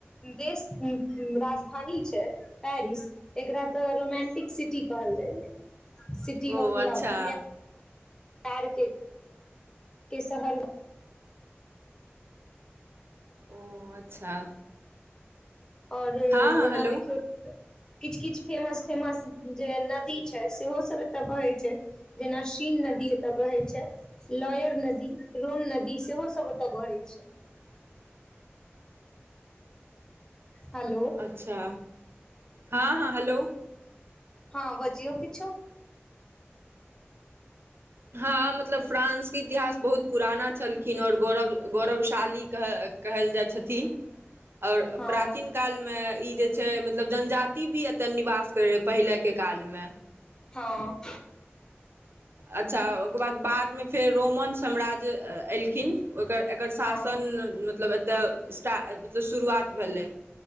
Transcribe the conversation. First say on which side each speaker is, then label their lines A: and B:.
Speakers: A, on the left (about 15°); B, on the right (about 60°).
A: देश राजधानी छै पेरिस एकरा तऽ रोमांटिक सिटी कहल जाइया सिटी
B: ओ
A: ऑफ
B: अच्छा
A: लाभ प्या आर के शहर
B: ओ अच्छा
A: आओरो
B: हँ हँ
A: ओना
B: हेलो
A: देखियौ त किछु किछु फेमस फेमस जे नदी छै सेहो सब एतऽ बहै छै जेना स चीन नदी ओतअ बहै छै लॉयर नदी रोन नदी सेहो सब ओतअ बहै छै
B: <inaudible>
A: हेलो
B: अच्छा हँ हँ हेलो
A: हँ बजियौ किछो
B: हँ मतलब फ्रांस के इतिहास बहुत पुराना छल किनओर गौरव गौरवशाली कह कहल जाइत छथिन आओर
A: हँ
B: प्राचीन कालमे ई जे छै मतलब जनजति भी एतय निवाश करय रहय पहिलेके कालमे
A: हँ
B: अच्छा ओकर बाद बादमे फेर रोमन साम्राज्य एलखिन ओकर एकर शासन
A: हँ
B: मतलब एतय एसटाट शुरुआत भेलै